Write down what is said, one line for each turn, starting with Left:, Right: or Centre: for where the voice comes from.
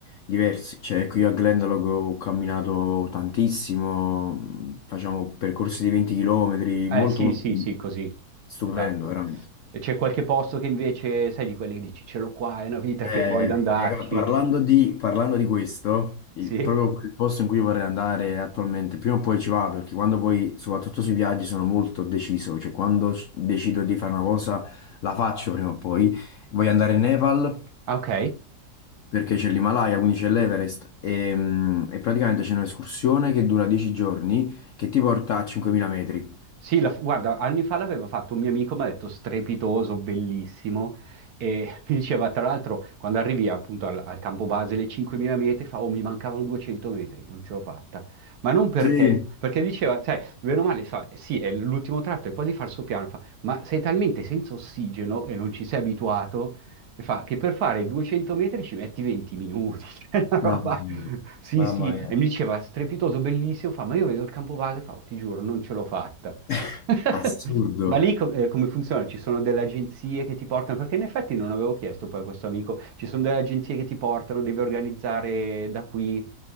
Left: diversi. Cioè, qui a Glendalough ho camminato tantissimo, facciamo percorsi di 20 km,
Right: Eh
Left: molto,
Right: sì,
Left: molto
Right: sì, sì, così,
Left: stupendo,
Right: esatto.
Left: veramente.
Right: E c'è qualche posto che invece, sai, di quelli che dici, ce l'ho qua, è una vita
Left: Eh,
Right: che voglio andarci.
Left: eh, parlando di, parlando di questo, il-
Right: Sì?
Left: proprio il posto in cui vorrei andare attualmente, prima o poi ci vado, perché quando poi, soprattutto sui viaggi, sono molto deciso, cioè quando s- decido di fare una cosa, la faccio prima o poi. Voglio andare in Nepal
Right: Ah, ok.
Left: perché c'è l'Himalaya, quindi c'è l'Everest e, mm, e praticamente c'è un'escursione che dura 10 giorni che ti porta a 5.000 metri.
Right: Sì, la- guarda, anni fa l'aveva fatto un mio amico, mi ha detto strepitoso, bellissimo, e <laughs> mi diceva tra l'altro quando arrivi appunto al, al campo base le 5.000 metri, fa, oh mi mancavano 200 metri, non ce l'ho fatta, ma non perché,
Left: Sì,
Right: perché diceva, sai, bene o male, sa, sì, è l'ultimo tratto, è quasi falso piano, fa, ma sei talmente senza ossigeno e non ci sei abituato, e fa, che per fare 200 metri ci metti 20 minuti, <laughs> cioè una roba...
Left: mamma mia,
Right: Sì,
Left: mamma
Right: sì,
Left: mia,
Right: e mi diceva strepitoso, bellissimo, fa, ma io vedo il campo base, fa, "Oh, ti giuro, non ce l'ho fatta.
Left: <laughs>
Right: <laughs>
Left: assurdo.
Right: Ma lì co- eh, come funziona? Ci sono delle agenzie che ti portano, perché in effetti non avevo chiesto poi a questo amico, ci sono delle agenzie che ti portano, devi organizzare da qui.